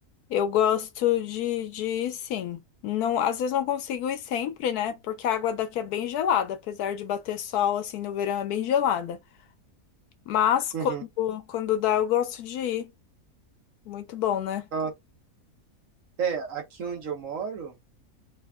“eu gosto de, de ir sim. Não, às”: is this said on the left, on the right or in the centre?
Left